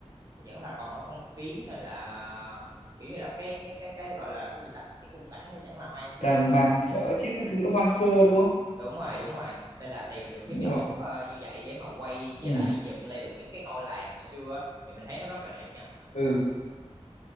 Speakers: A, on the right; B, on the left.
A: vẫn là còn ở phong kiến nên là kiểu như là cái cái cái cái gọi là cái gì ta cái khung cảnh nó vẫn là hoang sơ
B: Đàng mạc chợ chứ cái thứ nó hoang sơ đúng không
A: đúng rồi đúng rồi nên là tìm được
B: đúng
A: cái chỗ
B: rồi
A: ờ, như vậy để mà quay với
B: ừ,
A: lại dựng lại được những cái ngôi làng hồi xưa á, thì mình thấy nó rất là đẹp nha
B: ừ